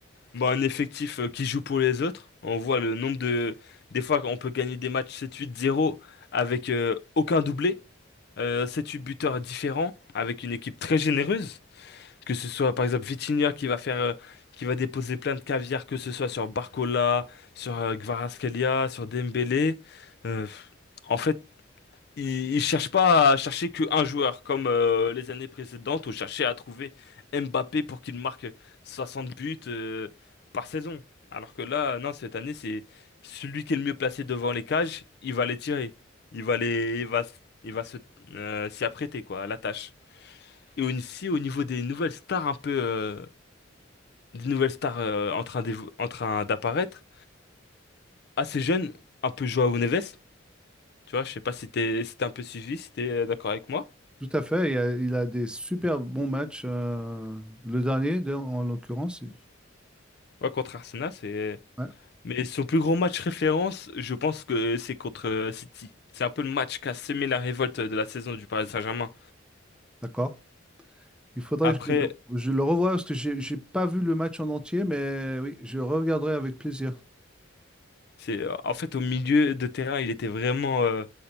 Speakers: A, on the left; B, in the centre.
A: bah un effectif euh, qui joue pour les autres. On voit le nombre de des fois on peut gagner des matchs sept huit zéro avec euh, aucun doublé, euh, 7-8 buteurs différents avec une équipe très généreuse. Que ce soit par exemple Vitinha qui va faire, euh, qui va déposer plein de caviar, que ce soit sur Barcola, sur euh, Kvaratskhelia, sur Dembélé. Euh, en fait, ils, ils cherchent pas à chercher qu'un joueur comme euh, les années précédentes où cherchait à trouver Mbappé pour qu'il marque 60 buts euh, par saison. Alors que là, non, cette année, c'est celui qui est le mieux placé devant les cages, il va les tirer. Il va les, il va, s- il va se, euh, s'y apprêter quoi, à la tâche. Et aussi au niveau des nouvelles stars un peu euh, des nouvelles stars euh, en train d'évo- en train d'apparaître, assez jeunes, un peu Joao Neves, tu vois, je sais pas si t'es si t'as un peu suivi, si t'es euh, d'accord avec moi.
B: Tout à fait, il a, il a des super bons matchs. euh, le dernier, d'ailleurs, en l'occurrence. il-
A: Ouais, contre Arsenal, c'est
B: Ouais,
A: mais son plus gros match référence, je pense que c'est contre euh, City. C'est un peu le match qui a semé la révolte de la saison du Paris Saint-Germain.
B: d'accord. Il faudrait
A: Après,
B: que je le, je le revoie parce que j'ai j'ai pas vu le match en entier, mais oui, je regarderai avec plaisir.
A: C'est, euh, en fait, au milieu de terrain, il était vraiment euh,